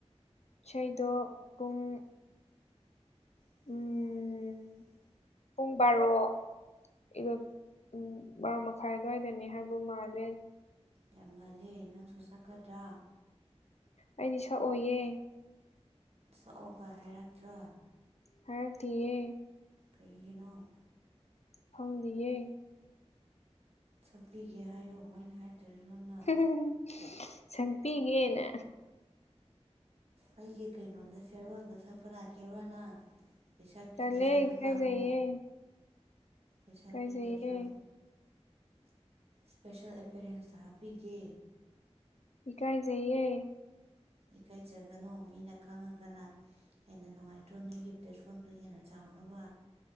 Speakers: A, on the left; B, on the right.
A: ꯏꯁꯩꯗꯣ ꯄꯨꯡ
B: <inaudible>
A: ꯎꯝ ꯄꯨꯡ ꯕꯥꯔꯣ <unintelligible> ꯎꯝ ꯕꯥꯔꯣ ꯃꯈꯥꯏ ꯑꯗꯨꯋꯥꯏꯗꯅꯦ ꯍꯥꯏꯕ ꯃꯥꯜꯂꯦ
B: ꯌꯥꯝ ꯉꯜꯂꯦ ꯅꯪꯁꯨ ꯁꯛꯀꯥꯗ꯭ꯔꯥ
A: ꯑꯩꯗꯤ ꯁꯛꯑꯣꯏꯌꯦ
B: ꯁꯛꯑꯣꯒ ꯍꯥꯏꯔꯛꯇ꯭ꯔꯣ
A: ꯍꯥꯢꯔꯛꯇꯤꯌꯦ
B: ꯀꯩꯒꯤꯅꯣ
A: ꯈꯪꯗꯤꯌꯦ
B: ꯁꯛꯄꯤꯒꯦ ꯍꯥꯏꯌꯣ ꯃꯣꯏꯅ ꯍꯥꯏꯗ꯭ꯔꯥꯖꯨ ꯅꯪꯅ
A: ꯎꯝ ꯁꯛꯄꯤꯒꯦꯅ
B: ꯑꯩꯒꯤ ꯀꯩꯅꯣꯗꯣ ꯐꯤꯌꯔꯋꯦꯜꯗꯣ ꯁꯛꯄ ꯂꯥꯛꯀꯦꯔꯣ ꯅꯪ ꯄꯩꯁꯥ ꯄꯤꯗ꯭ꯔꯥꯥꯁꯨ
A: ꯇꯜꯂꯦ
B: ꯑꯗꯨꯝ
A: ꯏꯀꯥꯏꯖꯩꯌꯦ
B: ꯂꯥꯛꯑꯣ ꯄꯩꯁꯥ
A: ꯏꯀꯥꯏꯖꯩꯌꯦ
B: ꯄꯤꯗ꯭ꯔꯖꯨ ꯁ꯭ꯄꯦꯁꯤꯑꯦꯜ ꯑꯦꯄꯦꯔꯦꯟꯁꯇꯥ ꯍꯥꯞꯄꯤꯒꯦ
A: ꯏꯀꯥꯏꯖꯩꯌꯦ
B: ꯏꯀꯥꯏꯖꯒꯥꯅꯨ ꯃꯤꯅ ꯈꯪꯉꯒꯥꯅ ꯍꯦꯟꯅ ꯅꯨꯡꯉꯥꯏꯇ꯭ꯔꯣ ꯅꯪꯒꯤ ꯄ꯭ꯂꯦꯠꯐꯣꯝꯗꯣ ꯍꯦꯟꯅ ꯆꯥꯎꯅꯕ